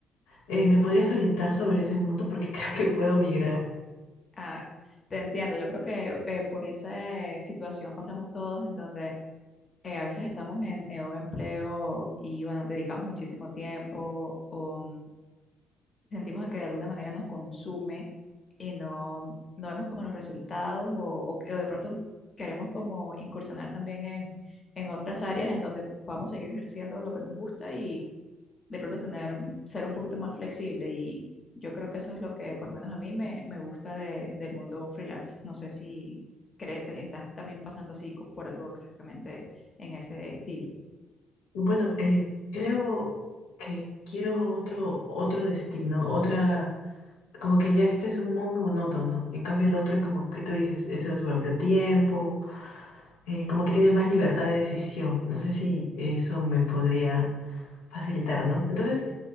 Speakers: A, on the left; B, on the left.
A: eh, ¿me podrías orientar sobre ese mundo? Porque <laughs> creo que puedo migrar.
B: Ah, te entiendo, yo creo que eh, por esa eh, situación pasamos todos en donde eh, a veces estamos en, en un empleo y bueno, dedicamos muchísimo tiempo o mm, sentimos que de alguna manera nos consume y no, no vemos como los resultados o, o que- o de pronto queremos como incursionar también en, en otras áreas en donde podamos seguir ejerciendo lo que nos gusta de pronto tener, ser un poquito más flexible y yo creo que eso es lo que por lo menos a mí me, me gusta de- del mundo freelance. No sé si crees, estás también pasando así co- por algo exactamente en ese estilo.
A: Bueno, eh, creo que quiero otro, otro destino, otra, como que ya este es un muy monótono. En cambio, el otro es como que tú dices, eso es su propio tiempo, eh, como que tienes más libertad de decisión. No sé si eso me podría facilitar, ¿no? Entonces,